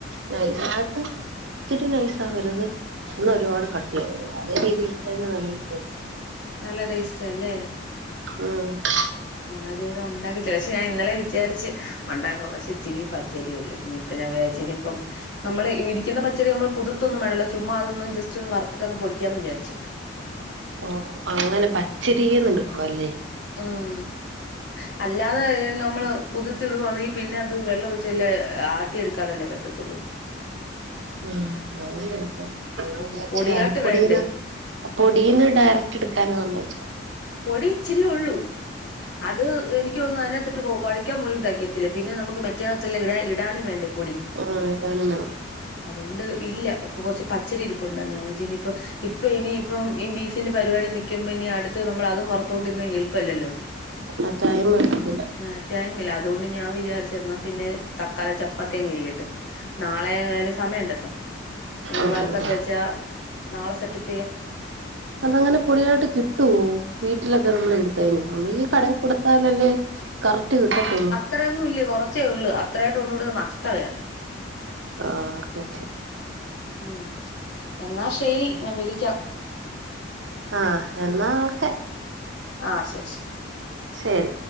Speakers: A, on the right; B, on the left.
A: നൈസായിട്ട്
B: ഉം
A: ത്തിരി നൈസാവരുത്. ഒന്നാ ഒരുപാട് കട്ടിയാവരുത്. അതേ രീതി ട്കഴിഞ്ഞാ നല്ലൊൽ പൊ
B: നല്ല ടേസ്റ്റാ അല്ലേ.
A: ആഹ്
B: ഞാ ഇതുവരെ ഒണ്ടാക്കിട്ടില്ല പക്ഷെ ഞാൻ ഇന്നലെ വിചാരിച്ച് ഒണ്ടാക്കണം. പക്ഷെ ഇച്ചിരിയും പച്ചരി ഉള്ള്. നി അപ്പം ഞാൻ വിയാരിച്ച് ഞ്ഞിപ്പം നമ്മള് ഇടിക്കുന്ന പച്ചരി അമ്മള് കുതിർതൊന്നും വേണെല്ലെ ചുമ്മാ അതൊന്ന് ജസ്റ്റൊന്ന് വറത്ത്ട്ടങ് പൊടിക്കാന്ന് വിചാരിച്ച്.
A: ഓഹ്. അങ്ങനെ പച്ച രീന്ന് ട് ക്കുവല്ലേ.
B: ആഹ്. അല്ലാതെ ഇത് നമ്മള് കുതിർത്തിടുവാന്നെങ്കി പിന്നെ അത് വെള്ളം ഒഴിച്ചല്ലേ ആട്ടിയെടുക്കാനല്ലേ പറ്റത്തുള്ളൂ.
A: ആഹ്. അങ്ങനെ എടപ്പാ ഞാ
B: ഉം
A: വിചാരിച്ച
B: പൊടിയാട്ട്
A: അരിപ്പൊടിന്ന്
B: വേണ്ടേ
A: അപൊടീന്ന് ഡയറക്ട് ട്ക്കാനാന്നാ വിചാ
B: പൊടി ഇച്ചിരീ ഒള്ളൂ. അത് എനി ക്യോന്നു ന്നു അയ്നാകത്തിട്ട് കൊ കൊഴയ്ക്കൻ പോലും തെകത്തില്ല. പിന്നെ നമുക്ക് മറ്റേന്നാത്തെല്ലെ ഇടാ ഇടാനും വേണ്ടേ പൊടി.
A: ആഹ് ഇടാനും വേണം.
B: അതുകൊണ്ട് ഇല്ല. പ്പൊ കൊർച്ച് പച്ചരി ഇരിപ്പുണ്ട് ഞാൻ വെച്ച് ഇനി പ്പം ഇപ്പ ഇനിയിപ്പം ഈ ബീഫ് തിന്റെ പരിപാടി നിക്കുമ്പം ഇനി അടത്തെത് നമ്മള് അതും വറ്ത്തോണ്ടിരുന്നാ എൾപ്പല്ലല്ലോ?.
A: മ ടൈ മെട്ക്ക്ലാ
B: ആഹ് ടൈമില്ലാ. അതുകൊണ്ട് ഞാ വിചാരിച്ചു എന്നാ പിന്നെ തക്കാലം ചപ്പാത്തിയങ് ഇരിക്കട്ട്. നാളെയാലും സമയണ്ടല്ലോ. ഇന്ന്
A: ഉം
B: വറത്തൊക്കെ
A: ഉം ഉം
B: വെച്ചാ നാളെ സെറ്റപ്പെയ്യാ.
A: അതങ്ങനെ പൊടിയായിട്ട് കിട്ടുവോ? വീട്ടിലൊക്കെ നമ്മള് എട് തേന്നെ. ഒന്നെങ്കീ കടേ
B: ഉം
A: കൊട്ത്താലല്ലേ കറക്റ്റ് കിട്ടത്തുള്ളു.
B: ത്രയൊന്നു ഇല്ലത് കൊറച്ചേ ഉള്ളൂ. അത്രായിട്ട് കൊണ്ട്കൊടുത്താ നഷ്ട വാ.
A: ആഹ് <unintelligible>
B: ഉം. എന്നാ ശരി. ഞാൻ വിളിക്കാം.
A: ആഹ് എന്നാ ഓക്കെ.
B: ആഹ് ശരി ശരി
A: ശരി